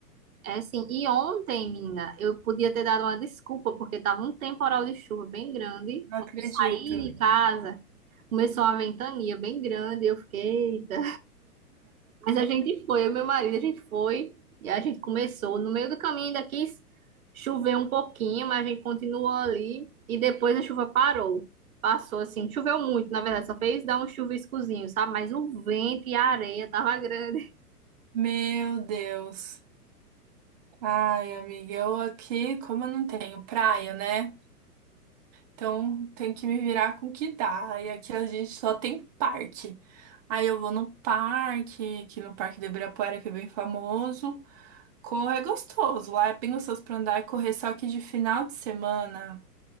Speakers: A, on the right; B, on the right.
A: é assim, e ontem, menina, eu podia ter dado uma desculpa, porque tava um temporal de chuva bem grande.
B: Não
A: Quando
B: acredito.
A: eu saí de casa, começou uma ventania bem grande, eu fiquei, eita. Mas a gente foi, eu e meu marido, a gente foi e a gente começou. No meio do caminho ainda quis chover um pouquinho, mas a gente continuou ali e depois a chuva parou. Passou assim, choveu muito, na verdade, só fez dar um chuviscozinho, sabe? Mas o vento e a areia tava grande. <laughs>
B: Meu Deus. Ai, amiga, eu aqui, como eu não tenho praia, né? Então tem que me virar com o que dá. E aqui a gente só tem parque. Aí eu vou no parque, aqui no Parque de Ibirapuera, que é bem famoso. Correr é gostoso, lá é bem gostoso pra andar e correr, só que de final de semana